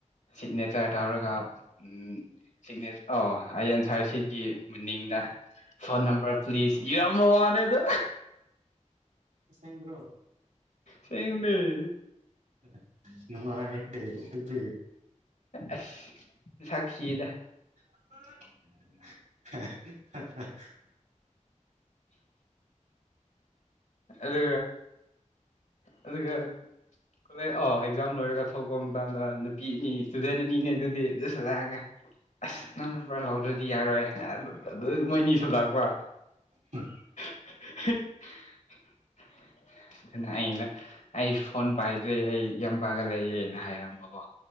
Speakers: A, on the left; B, on the right.
A: ꯁꯤꯛꯅꯦꯆꯔ ꯇꯧꯔꯒ ꯎ ꯁꯤꯅꯦ ꯑꯣ ꯑꯩ ꯑꯟꯁꯥꯔ ꯁꯤ ꯀ ꯃꯅꯤꯡꯗ ꯐꯣꯟ
B: ꯎꯝ
A: ꯅꯝꯕꯔ ꯄ꯭ꯂꯤꯁ ꯌꯥꯝ ꯃ ꯋꯥꯅꯦ ꯑꯗꯣ
B: ꯁꯦꯡꯕ꯭ꯔꯣ
A: ꯁꯅꯦ
B: <unintelligible>
A: ꯑꯁꯁꯥꯈꯤꯌꯦꯗ
B: <unintelligible>
A: ꯑꯗꯨ ꯑꯗꯨꯒ ꯀꯣꯂꯦ ꯑ ꯑꯦꯛꯖꯥꯝ ꯂꯣꯏꯔꯒ ꯊꯣꯛꯄ ꯃꯇꯝꯗ ꯅꯨꯄꯤ ꯑꯅꯤ ꯏꯁꯇꯨꯗꯦꯟ ꯑꯅꯤꯅꯦ ꯑꯗꯨꯗꯤ ꯑꯗꯨꯁꯨ ꯂꯥꯛꯑꯒꯦ ꯑꯁ ꯅꯪ ꯅꯝꯕꯔ ꯂꯧꯥꯎꯗ꯭ꯔꯗꯤ ꯌꯥꯔꯣꯏ ꯑꯗꯨ ꯃꯣꯏꯅꯤꯁꯨ ꯂꯥꯛꯄ
B: ꯑ
A: <unintelligible> ꯑꯗꯨꯅ ꯑꯩꯅ ꯑꯩꯁꯨ ꯐꯣꯟ ꯄꯥꯏꯗ꯭ꯔꯦ ꯑꯩ ꯌꯥꯝꯄꯥꯛꯒ ꯂꯩꯌꯦꯅ ꯍꯥꯏꯔꯝꯕꯀꯣ